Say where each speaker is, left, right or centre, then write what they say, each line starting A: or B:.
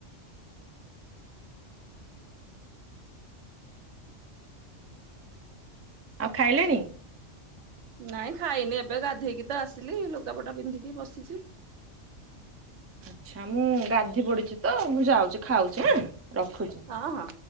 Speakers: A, on the right; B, on the right.
A: ଆଉ ଖାଇଲେଣି?
B: ନାଇଁ ଖାଇନି ଏବେ ଗାଧେଇକି ତ ଆସିଲି ଲୁଗାପଟା ପିନ୍ଧିକି ବସିଛି।
A: ଆଚ୍ଛା ମୁଁ ଗାଧି ପଡିଛି ତ ମୁଁ ଯାଉଛି ଖାଉଛି ଆଁ ରଖୁଛି।
B: ହଁ ହଁ।